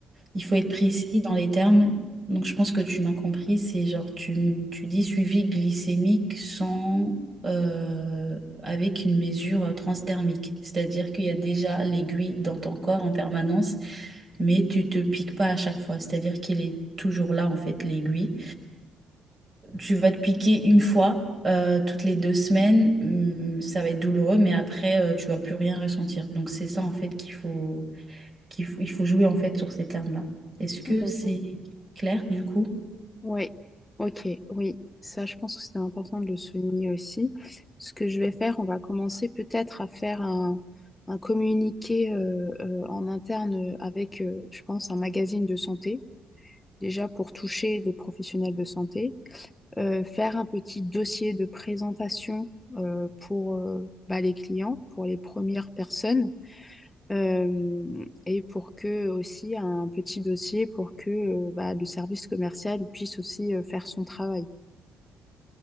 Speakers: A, on the right; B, on the left.
A: Il faut
B: d'accord.
A: être précis dans les termes. Donc je pense que tu m'as compris, c'est genre tu, m- tu dis suivi glycémique sans euh, avec une mesure euh, transdermique, c'est-à-dire qu'il y a déjà l'aiguille dans ton corps en permanence, mais tu te piques pas à chaque fois, c'est-à-dire qu'il est toujours là en fait l'aiguille. Tu vas te piquer une fois, euh, toutes les deux semaines, hum, ça va être douloureux, mais après, euh, tu vas plus rien ressentir. Donc c'est ça en fait qu'il faut, qu'il faut, il faut jouer en fait sur ces termes-là. Est-ce que
B: D'accord.
A: c'est clair du coup?
B: Oui, ok, oui. Ça, je pense que c'était important de le souligner aussi. Ce que je vais faire, on va commencer peut-être à faire un, un communiqué euh, euh, en interne avec, euh, je pense, un magazine de santé, déjà pour toucher les professionnels de santé, Euh, faire un petit dossier de présentation euh, pour euh, bah, les clients, pour les premières personnes. Euh, et pour que aussi un petit dossier pour que euh, bah, le service commercial il puisse aussi euh, faire son travail.